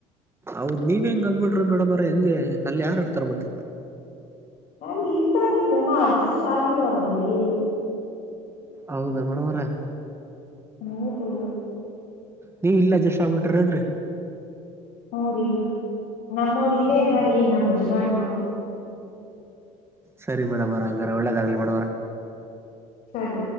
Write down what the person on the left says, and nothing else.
ಅಲ್ಲಿ ಇರ್ತಾರೆ ಜನ ಅಡ್ಜಸ್ಟ್ ಆಗಿದಾರಲ್ಲಿ
ಹೌದು
ಹ್ಮ ರಿ ನಮ್ಮೂರ್ ಇಲ್ಲೇ ಇದ್ದಾರೀ ನಮ್ಮ್ ಯಜಮಾನ್ರು
ಸರಿ